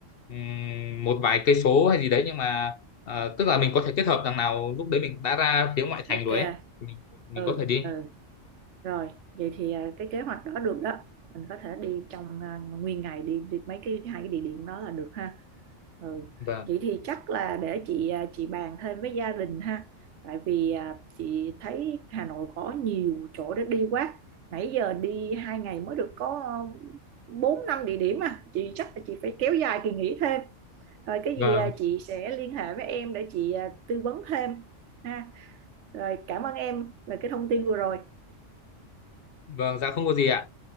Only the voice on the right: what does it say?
ok
ừ
ừ Rồi, vậy thì à, cái kế hoạch đó được đó. Mình có thể đi trong à, nguyên ngày đi đi mấy cái hai cái địa điểm đó là được ha. Ừ.
Vậy thì chắc là để chị à, chị bàn thêm với gia đình ha. Tại vì à, chị thấy Hà Nội có nhiều chỗ để đi quá. Nãy giờ đi hai ngày mới được có ờ, bốn năm địa điểm à. Chị chắc là chị phải kéo dài kỳ nghỉ thêm. Rồi cái
gì à, chị sẽ liên hệ với em để chị à, tư vấn thêm ha. Rồi cảm ơn em về cái thông tin vừa rồi.